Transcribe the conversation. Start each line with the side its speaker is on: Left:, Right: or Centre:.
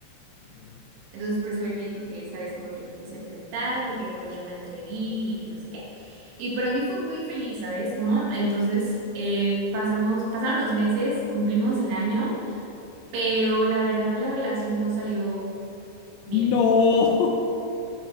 Left: Sí, claro.
Right: Entonces por eso él me dijo que esta vez como que lo quiso intentar porque pues yo me atreví y que no sé qué. Y para mí fue muy feliz, ¿sabes? Como entonces eh, pasamos, pasaron los meses, cumplimos el año, pero la verdad la relación no salió
Left: No,
Right: bien. <laughs>
Left: <laughs>